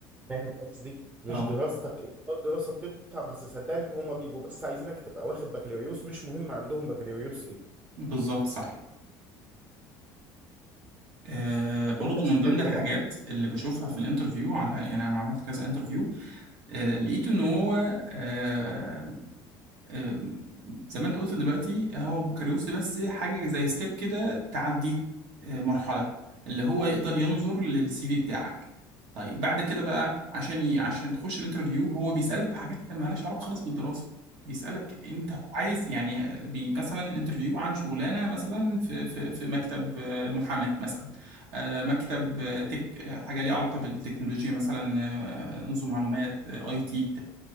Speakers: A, on the right; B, on the right.
A: فاهم قصدي مش
B: اه
A: دراستك ايه آه، الدراسه بتنفع بس صدقني هما بيبقوا بس عايزينك تبقى واخد بكالوريوس مش مهم عندهم بكالوريوس ايه
B: بالظبط صح آه برضو
A: انت شغال
B: من ضمن الحاجات
A: ايه بقى
B: اللي بشوفها في الانترفيو على يعني انا عملت كذا انترفيو آه لقيت ان هو آه، أم، زي ما انت قلت دلوقتي هو بوكاريوس ده بس حاجة زي ستيب كده تعديك أه، مرحلة اللي هو يقدر ينظر للسي في بتاعك طيب بعد كده بقى عشان ي... عشان تخش الانترفيو هو بيسألك في حاجات مالهاش علاقة خالص بالدراسة بيسألك انت عايز يعني أه، بي... مثلا الانترفيو عن شغلانة مثلا في في في مكتب أه، محاماة مثلا أه، مكتب أه، تك أه، حاجة ليها علاقة بالتكنولوجيا مثلا أه، نظم معلومات اي تي